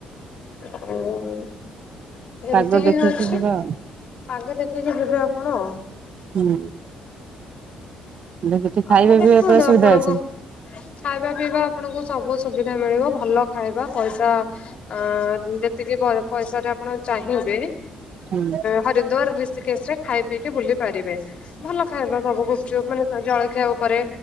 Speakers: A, on the left; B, on the right.
A: ଆଉ ମୁଁ ଏମିତି
B: ପାଗ
A: ହିଁ
B: ଦେଖିକି
A: ଅଛି
B: ଯିବା ଆଉ
A: ଆଗେ ଦେଖିକି ଯିବେ ଆପଣ ଆ
B: ହୁଁ। ସେଠି ଖାଇବା
A: ଆପଣ ଦେଖନ୍ତୁ
B: ପିଇବା ପୁରା ସୁବିଧା
A: ଆପଣଙ୍କୁ।
B: ଅଛି।
A: ଖାଇବା ପିଇବା ଆପଣଙ୍କୁ ସବୁ ସୁବିଧା ମିଳିବ ଭଲ ଖାଇବା ପଇସା ଆ ଯେତିକି ପଇସାରେ ଆପଣ ଚାହିଁବେ
B: ହୁଁ
A: ହରିଦ୍ଵାର ରଋଷିକେଶ ରେ ଖାଇ ପିଇକି ବୁଲି ପାରିବେ। ଭଲ ଖାଇବା ସବୁଗୁପଚୁପ ମାନେ ଜଳଖିଆ ଉପରେ